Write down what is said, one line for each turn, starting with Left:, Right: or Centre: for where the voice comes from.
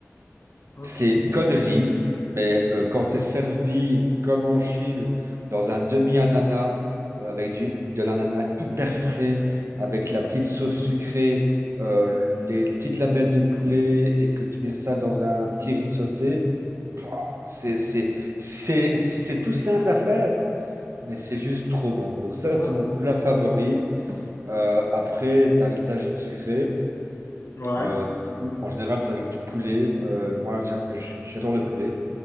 Left: Ok.
Right: C'est une
Left: Hmm.
Right: connerie, mais euh, quand c'est servi comme en Chine, dans un demi-ananas, euh, avec du, de l'ananas hyper frais, avec la petite sauce sucrée, euh, les petites lamelles de poulet, et que tu mets ça dans un petit riz sauté, pouah, c'est, c'est, c'est, c'est tout simple à faire, mais c'est juste trop bon. Donc ça,
Left: Ouais,
Right: c'est mon
Left: bah,
Right: plat
Left: ok.
Right: favori. Euh, après, tu as le tagine sucré.
Left: Ouais.
Right: Euh, en général, c'est avec du poulet. Euh, moi, j'aime- j'adore le poulet.